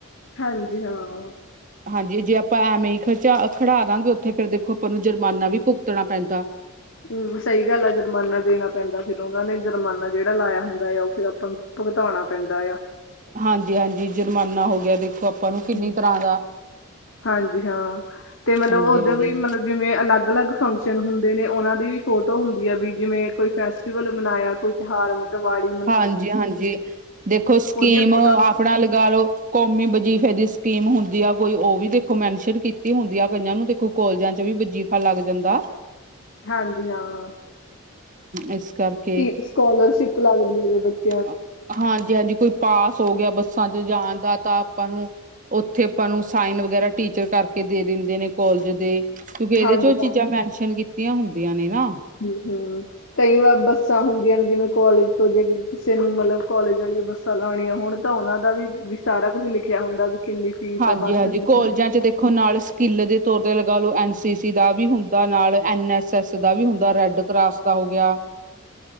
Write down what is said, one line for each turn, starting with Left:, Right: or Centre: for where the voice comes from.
Left: ਹਾਂਜੀ ਹਾਂ।
Right: ਹਾਂਜੀ ਜੇ ਆਪਾਂ ਐਵੇਂ ਹੀ ਖਰਚਾ ਖੜਾ ਦਾਂਗੇ ਉਥੇ ਫੇਰ ਦੇਖੋ ਆਪਾਂ ਨੂੰ ਜੁਰਮਾਨਾ ਵੀ ਭੁਗਤਣਾ ਪੈਂਦਾ।
Left: ਹਮ ਸਹੀ ਗੱਲ ਐ ਜੁਰਮਾਨਾ ਦੇਣਾ ਪੈਂਦਾ। ਫਿਰ ਉਨਾ ਨੇ ਜੁਰਮਾਨਾ ਜੇੜਾ ਲਾਯਾ ਹੁੰਦਾ ਯਾ ਉਹ ਫਿਰ ਆਪਾਂ ਨੂੰ ਭੁਗਤੋਣਾ ਪੈਂਦਾ ਯਾ।
Right: ਹਾਂਜੀ -ਹਾਂਜੀ। ਜੁਰਮਾਨਾ ਹੋ ਗਿਆ ਦੇਖੋ ਆਪਾਂ ਨੂੰ
Left: ਹਾਂਜੀ।
Right: ਕਿੰਨੀ ਤਰਾਂ ਦਾ।
Left: ਹਾਂਜੀ ਹਾਂ। ਤੇ ਮਤਲਬ
Right: ਹਾਂਜੀ
Left: ਉਦੋਂ
Right: ਹਾਂਜੀ
Left: ਵੀ ਮਤਲਬ ਜਿਵੇਂ ਅਲੱਗ- ਅਲੱਗ ਫੰਕਸ਼ਨ ਹੁੰਦੇ ਨੇ, ਉਹਨਾਂ ਦੀ ਵੀ ਫੋਟੋ ਹੁੰਦੀ ਹੈ ਵੀ ਜਿਵੇਂ ਕੋਈ ਫੈਸਟੀਵਲ ਮਨਾਯਾ, ਕੋਈ ਤਿਹਾਰ ਦਵਾਲੀ।
Right: ਹਾਂਜੀ- ਹਾਂਜੀ। ਦੇਖੋ ਸਕੀਮ
Left: ਉਹਦੀਆਂ ਫੋਟੋਆਂ
Right: ਆਪਣਾ ਲਗਾ ਲੋ। ਕੌਮੀ ਵਜੀਫੇ ਦੀ ਸਕੀਮ ਹੁੰਦੀ ਆ ਕੋਈ, ਉਹ ਵੀ ਦੇਖੋ ਮੈਨਸ਼ਨ ਕੀਤੀ ਹੁੰਦੀ ਆ ਕਈਨਾਂ ਨੂੰ, ਦੇਖੋ ਕੋਲਜਾਂ ਚ ਵੀ ਵਜੀਫਾ ਲੱਗ ਜਾਂਦਾ
Left: ਹਾਂਜੀ ਹਾਂ।
Right: ਇਸ ਕਰਕੇ
Left: ਕਿ ਸਕੋਲਰਸਿਪ ਲੱਗਦੀ ਹੋਵੇ ਬੱਚ
Right: ਹਾਂ ਹਾਂਜੀ- ਹਾਂਜੀ। ਕੋਈ ਪਾਸ ਹੋ ਗਆ ਬੱਸਾਂ ਚ ਜਾਣ ਦਾ, ਤਾਂ ਆਪਾਂ ਨੂੰ ਉਥੇ ਆਪਾਂ ਨੂੰ ਸਾਈਨ ਵਗੈਰਾ ਟੀਚਰ ਕਰਕੇ ਦੇ ਦਿੰਦੇ ਨੇ ਕੋਲਜ ਦੇ ਕਿਉਂਕਿ ਇਹਦੇ
Left: ਹਾਂਜੀ
Right: ਚ ਉਹ ਚੀਜ਼ਾਂ ਮੈਨਸ਼ਨ ਕੀਤੀਆਂ ਹੁੰਦੀਆਂ ਨੇ ਨਾ
Left: ਹਮ- ਹਮ। ਕਈ ਵਾਰ ਬੱਸਾਂ ਹੁੰਦੀਆਂ ਨੇ, ਜਿਵੇਂ ਕੋਲਜ ਤੋਂ, ਜੇ ਕਿਸੇ ਨੂੰ ਮਤਲਬ ਕੋਲਜ ਵਾਲੀ ਬੱਸ ਤਾਂ ਲਾਣੀਆਂ ਹੋਣ ਤਾਂ ਉਹਨਾਂ ਦਾ ਵੀ- ਵੀ ਸਾਰਾ ਕੁੱਝ ਲਿਖਆ ਹੁੰਦਾ ਵੀ ਕਿੰਨੀ ਫੀਸ
Right: ਹਾਂਜੀ-ਹਾਂਜੀ।
Left: ਆ ਬੱਸ ਦੀ
Right: ਕੋਲਜਾਂ
Left: ਹਨਾ
Right: ਚ ਦੇਖ ਖੋ ਨਾਲ ਸਕਿੱਲ ਦੇ ਤੌਰ ਤੇ ਲਗਾ ਲੋ, ਐਨ ਸੀ ਸੀ ਦਾ ਵੀ ਹੁੰਦਾ ਨਾਲ, ਐੱਨ ਐੱਸ ਐੱਸ ਦਾ ਵੀ ਹੁੰਦਾ, ਰੈੱਡ ਕਰਾਸ ਦਾ ਹੋ ਗਆ